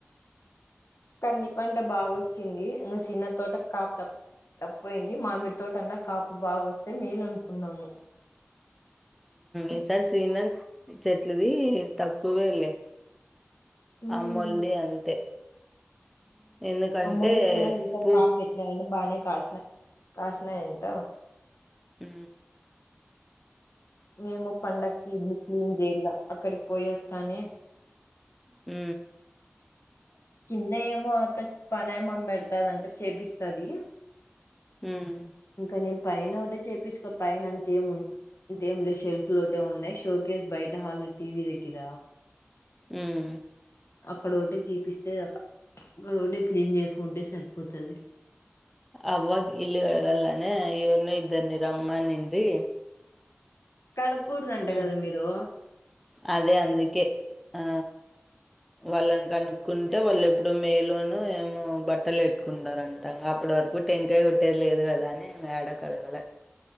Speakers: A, on the left; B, in the centre.
A: కంది పంట బాగోచ్చింది నువ్వు చిన్న తోట కాపుత తప్పయింది మామిడి తోటన్నా కాపు బాగోస్తే మేలు అనుకున్నాము
B: ఈసారి చేన చెట్లది తక్కువేళ్ళ
A: ఉమ్
B: అమ్మల్ది అంతే ఎందుకంటే
A: అమ్మ చినస
B: పూ
A: కాపుపెటినరంట బానే కాస్నా కాస్నాఅంట
B: ఉ
A: మేము పండక్కి ఇల్లు క్లీన్ చేయలా అక్కడికి పోయి వస్తానే
B: హ్
A: కింద ఏమో అక్క పనమే పెడతాదంట చేపిస్తది
B: ఉమ్
A: ఇంకా నేను పైన ఒకటే చేపించు కో పైన అంత ఏమ్ ఉం దేం లేదు షెల్ఫ్ లోటే ఉన్నాయి షో కేేస్ బయట హల్ టీవీ దగ్గర
B: ఉమ్
A: అక్కడ ఒకటి తీపిస్తే అ అక్కడ ఒకటే క్లీన్ చేసుకుంటే సరిపోతది
B: ఆవ్వ కు ఇల్లు కాడగలనే ఇ ఉన్న ఇద్దరినీ రమ్మనింది
A: కడగకూడదంట
B: ఆ
A: కదా మీరు
B: అదే అందుకే ఆ వాళ్ళను కనుక్కుంటే వాళ్ళు ఎప్పుడు మే లో న ఏమో బట్టలు ఎట్టుకుంటారంటా అప్పటి వ రకు టెంకాయ కొట్టేది లేదు కదా అని అడా కడగలే